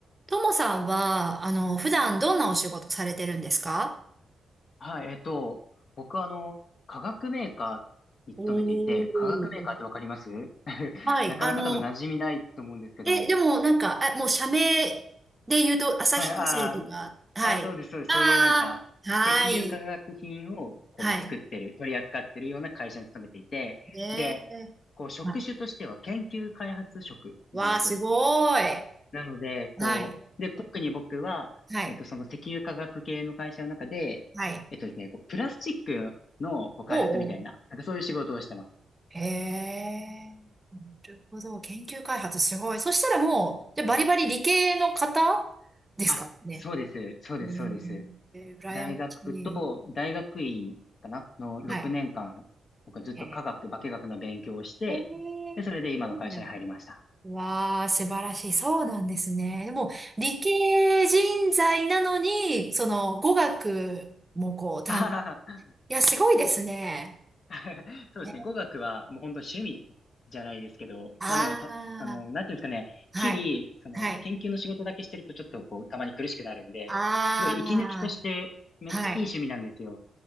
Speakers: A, on the right; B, on the left.
A: ともさんは、あの、普段どんなお仕事されてるんですか
B: はい、えっと、僕はあの、化学メーカーに勤めていて、
A: おー
B: 化学メーカーってわかります <laughs>
A: はい。
B: なかなか多分馴染みないと思うんですけど、
A: あの、え、でもなんか、あ、もう社名で言うと、旭化成とか、
B: はい、あー
A: はい。
B: あー、そうです、そうです。
A: ああ、
B: そういうなんか、
A: はい。
B: 石油化学品をこう作ってる、
A: はい。
B: 取り扱ってるような会社に勤めていて、
A: ね、
B: で、こう職種としては研究開発職なんです。
A: はいわあ、すごい。
B: なので、こう、
A: はい。
B: で、特に僕は、
A: はい。
B: えっと、その石油化学系の会社の中で、
A: はい。
B: えっとですね、こう、プラスチックのこう開発みたいな、
A: おうおう。
B: なんかそういう仕事をしてます。
A: へえ。なるほど。研究開発すごい。そしたらもう、じゃあバリバリ理系の方ですかね。
B: うんあ、そうです。そうです、
A: ね
B: そうです。
A: えー、羨ましい。
B: 大学と、大学院かなの6年間、
A: はい。
B: 僕はずっと化学、
A: へえ、
B: 化学の勉強をして、
A: へえすごいな。
B: で、それで今の会社に入りました。
A: わあ、素晴らしい。そうなんですね。でも、理系人材なのに、その、語学もこう、担、
B: あはは
A: いや、すごいですね。
B: <laughs> そうですね。
A: ね
B: 語学はもう本当趣味じゃないですけど、
A: あ
B: まあでもた、あの、なんていうんですかね、
A: あ、
B: 日々、
A: はい。
B: その研究の仕事だけしてるとちょっとこう、
A: はい。
B: たまに苦しくなるんで、
A: あ
B: すごい息抜きとしてめっちゃいい趣味なんですよ。
A: あ、はい。